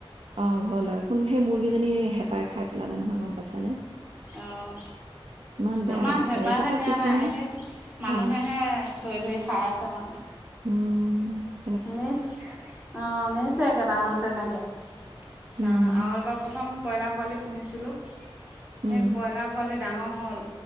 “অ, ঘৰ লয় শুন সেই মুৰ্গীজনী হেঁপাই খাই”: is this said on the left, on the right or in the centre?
Right